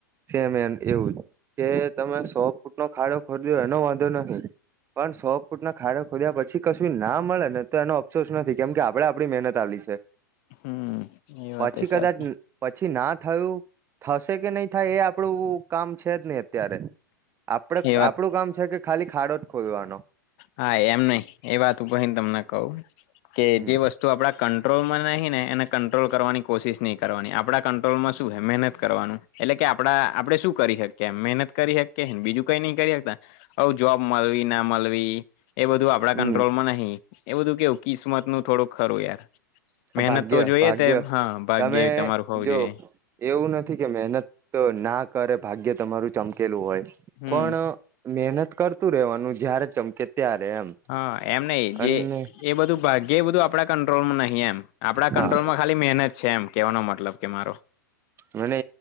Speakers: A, on the right (about 25°); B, on the left (about 45°).
A: છેને એમ એવું કે તમે સો ફૂટ નો ખાડો ખોલ્યો એનો વાંધો નથી પણ સો ફૂટ ના ખાડા ખોદ્યા પછી કશું ના મળે ને તો એનો અફસોસ નથી કેમ કે આપડે આપણી મહેનત કાલી છે.
B: હમ એ વાત
A: પાછી
B: એ સાચી.
A: કદાચ પછી ના થયું થશે કે નહી થાય એ આપણું કામ છે જ નહી અત્યારે આપડે
B: એ વાત
A: આપણું કામ છે કે ખાલી ખાડો જ ખોડવાનો.
B: હા એમ નઈ એ વાત ઉપર ભને તમને કવું કે
A: હમ
B: જે વસ્તુ આપડા કંટ્રોલમાં નહીં ને એને કંટ્રોલ કરવાની કોશિશ નહીં કરવાની આપણા કંટ્રોલમાં શું હે મહેનત કરવાનું એટલે કે આપડા આપડે શું કરી શકીએ મહેનત કરી શકીએ બીજું કઈ નઈ કરી શકતા અવ જોબ મળવી ના મળવી એ બધું આપડા
A: હમ
B: કંટ્રોલમાં નહીં એ બધું કેવું કિસ્મત નું થોડુંક ખરું યાર. મહેનત
A: ભાગ્ય
B: તો જોઈએ
A: ભાગ્ય
B: તે હા ભાગ્યેવી
A: તમે
B: તમારું હોવું
A: જો
B: જોઈએ.
A: એવું નથી કે મહેનત ના કરે ભાગ્ય તમારું ચમકેલું હોય
B: હમ
A: પણ મહેનત કરતું રેવાનું જયારે ચમકે ત્યારે એમ
B: હા એમ નઈ જે
A: અને
B: એ બધું ભાગ્ય બધું આપણા કંટ્રોલમાં નહીં એમ આપણા કંટ્રોલમાં
A: હા
B: ખાલી મહેનત છે એમ કેહેવાનો મતલબ કે મારો.
A: મને